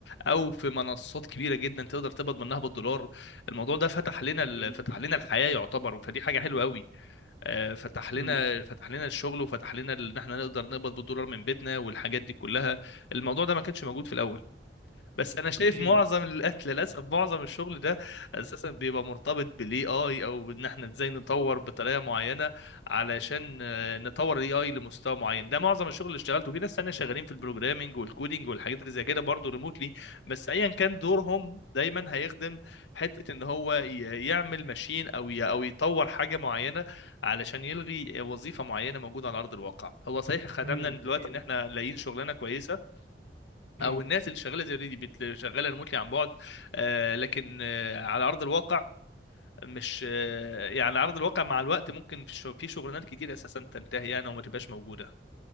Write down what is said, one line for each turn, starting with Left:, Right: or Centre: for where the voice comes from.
Left: او في منصات كبيره جدا تقدر تقبض منها بالدولار الموضوع ده فتح لنا ال-
Right: امم
Left: فتح لنا الحياه يعتبر فدي حاجه حلوه قوي آه، فتح
Right: امم
Left: لنا فتح لنا الشغل وفتح لنا ال- ان احنا نقدر نقبض بالدولار من بيتنا والحاجات دي كلها الموضوع ده ما كانش موجود في الاول بس انا شايف
Right: اكيد
Left: معظم الأكل للاسف معظم الشغل ده اساسا بيبقى مرتبط بالاي اي او ان احنا ازاي نطور بطريقه معينه علشان آه، نطور الاي اي لمستوى معين ده معظم الشغل اللي اشتغلته في ناس تانية شغالين في البروجرامينج والكودينج والحاجات اللي زي كده برضه ريموتلي بس ايا كان دورهم دايما هيخدم حته ان هو ي- يعمل ماشين او ي- او يطور حاجه معينه علشان يلغي وظيفه معينه موجوده على ارض الواقع هو صحيح خدمنا
Right: امم
Left: دلوقتي
Right: اكيد
Left: ان احنا لاقيين شغلانه كويسه
Right: امم
Left: او الناس اللي شغاله زي دي بت- شغاله ريموتلي عن بعد آه، لكن آه، على ارض الواقع مش آه، يعني على ارض الواقع مع الوقت ممكن في شغ- في شغلانات كتير اساسا تنتهي يعني وما تبقاش موجوده